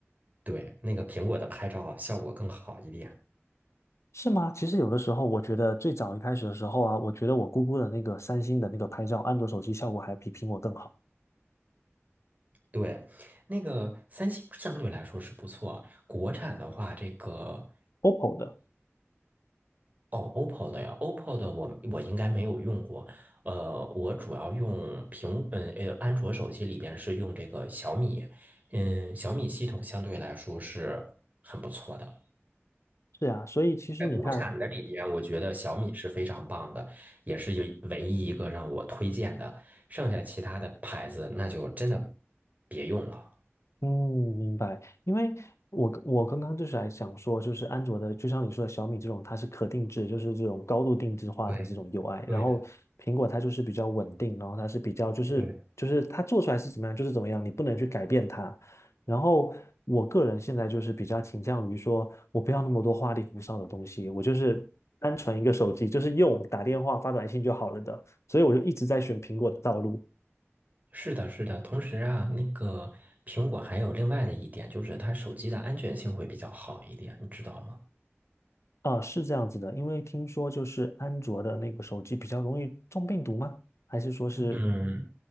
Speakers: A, on the right (about 35°); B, on the left (about 80°).
A: 对，那个苹果的拍照效果更好一点。
B: 是吗？其实有的时候，我觉得最早一开始的时候啊，我觉得我姑姑的那个三星的那个拍照，安卓手机效果还比苹果更好
A: 对，那个三星相对来说是不错。国产的话，这个
B: ，OPPO 的。
A: 哦，OPPO 的呀，OPPO 的我我应该没有用过。呃，我主要用苹，嗯呃，安卓手机里边是用这个小米，嗯，小米系统相对来说是很不错的。
B: 是啊，所以其实你看。
A: 在国产的里边，我觉得小米是非常棒的，也是有唯一一个让我推荐的。剩下其他的牌子，那就真的别用了。
B: 嗯，明白。因为我我刚刚就是还想说，就是安卓的，就像你说的小米这种，它是可定制，就是这种高度定制化的这种
A: 对
B: UI。
A: 对的，
B: 然后苹果它就是比较稳定，然后它是比较就是就是它做出来是怎么样就是怎么样，
A: 对。
B: 你不能去改变它。然后我个人现在就是比较倾向于说，我不要那么多花里胡哨的东西，我就是单纯一个手机，就是用打电话发短信就好了的。所以我就一直在选苹果的道路。
A: 是的，是的。同时啊，那个苹果还有另外的一点，就是它手机的安全性会比较好一点，你知道吗？
B: 啊，是这样子的，因为听说就是安卓的那个手机比较容易中病毒吗？还是说是，
A: 嗯，